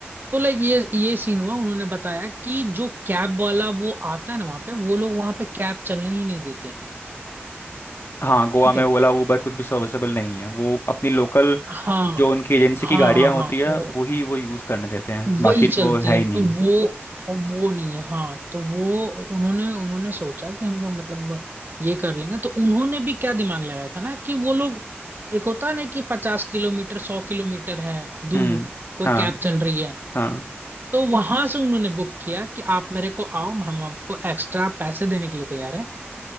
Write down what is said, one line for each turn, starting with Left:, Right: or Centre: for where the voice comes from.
Right: तो लाइक ये ये सीन हुआ उन्होंने बताया कि जो कैब वाला वो आता है ना वहां पे वो लोग वहां पे कैब चलने ही नहीं देते
Left: हाँ गोवा
Right: ठीक
Left: में
Right: है
Left: ओला उबर कुछ भी सर्विसेबल नहीं है वो अपनी लोकल
Right: हाँ
Left: जो उनकी एजेंसी
Right: हाँ
Left: की गाड़ियाँ
Right: हाँ हाँ
Left: होती है
Right: वो
Left: वो ही वो यूज़ करने देते हैं
Right: वही
Left: बाकी तो
Right: चलती
Left: है
Right: है
Left: ही नहीं
Right: तो वो और वो नहीं है हाँ तो वो उन्होंने उन्होंने सोचा कि हम लोग मतलब ये कर लेंगे तो उन्होंने भी क्या दिमाग लगाया था ना कि वो लोग एक होता है ना कि पचास किलोमीटर सौ किलोमीटर है दूर
Left: हम्म
Right: कोई
Left: हाँ
Right: कैब चल रही है
Left: हाँ
Right: तो वहां से उन्होंने बुक किया कि आप मेरे को आओ हम आपको एक्स्ट्रा पैसे देने के लिए तैयार है